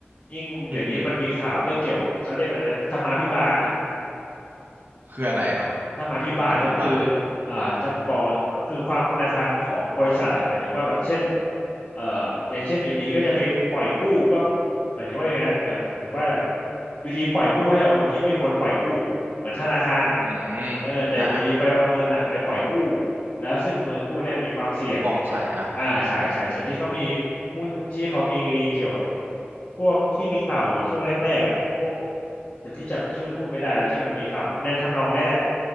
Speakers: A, on the left; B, on the right.
A: ยิ่งเดี๋ยวนี้มันมีข่าวเรื่องเกี่ยวกับเขาเรียกอะไรนะธรรมาภิบาลอ่ะ
B: อืมอืมคืออะไรอ่ะ
A: ธรรมาภิบาลก็คือ
B: ธรรมาภิบาล
A: อ่าจะบอกว่าคือความคุณธรรมของบริษัทอะหมายถึงว่าแบบเช่นเอ่ออย่างเช่นอยู่ดีก็จะไปปล่อยกู้ก็หมายถึงว่าอย่างนั้นแบบหรือว่าแบบอยู่ดีปล่อยกู้ให้กับคนที่ไม่ควรปล่อยกู้เหมือนธนาคารอะ
B: อืม
A: เออแต่อยู่ดีไปเอาเงินอะไปปล่อยกู้
B: อ่า
A: แล้วซึ่งเงินกู้เนี่ยมีความเสี่ยงไอ้อ่าใช่ใช่ใช่ที่เขามี
B: ไม่โปร่งใสอ่ะ
A: หุ้นที่เขามีเกี่ยวกับพวกที่มีข่าวอยู่ช่วงแรกๆอ่ะพวกแต่พี่จำชื่อหุ้นไม่ได้แล้วที่มันมีข่าวในทำนองนี้แหละ